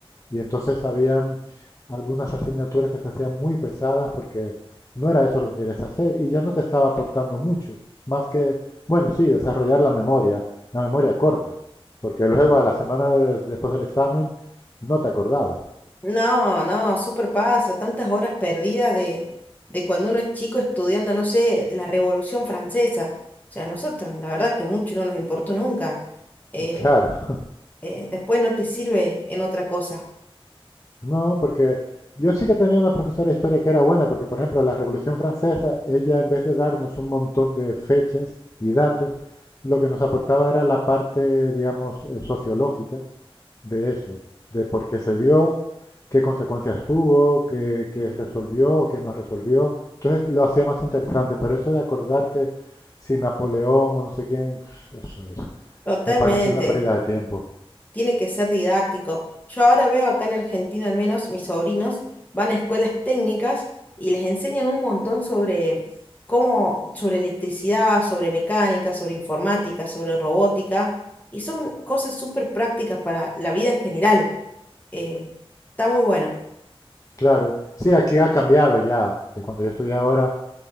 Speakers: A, on the left; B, on the left.
A: Y entonces habían algunas asignaturas que se hacían muy pesadas porque no era eso lo que querías hacer y ya no te estaba aportando mucho, más que, bueno, sí, desarrollar la memoria, la memoria corta, porque luego a la semana de- después del examen no te acordabas.
B: No, no, súper pasa, tantas horas perdidas de, de cuando uno es chico estudiando, no sé, la Revolución Francesa. O sea, a nosotros, la verdad que mucho no nos importó nunca. eh.
A: <laughs> Claro,
B: eh, después no te sirve en otra cosa.
A: no, porque yo sí que tenía una profesora de historia que era buena, porque por ejemplo la Revolución Francesa, ella en vez de darnos un montón de fechas y datos, lo que nos aportaba era la parte, digamos, eh, sociológica de eso, de por qué se dio, qué consecuencias tuvo, qué, qué resolvió qué no resolvió. Entonces lo hacía más interesante, pero eso de acordarte si Napoleón o no sé quién, eso es,
B: Totalmente,
A: me pareció una pérdida de tiempo.
B: tiene que ser didáctico. Yo ahora veo acá en Argentina al menos, mis sobrinos van a escuelas técnicas y les enseñan un montón sobre cómo, sobre electricidad, sobre mecánica, sobre informática, sobre robótica, y son cosas súper prácticas para la vida en general. Eh, está muy bueno.
A: Claro, sí, aquí ha cambiado ya, de cuando yo estudié ahora,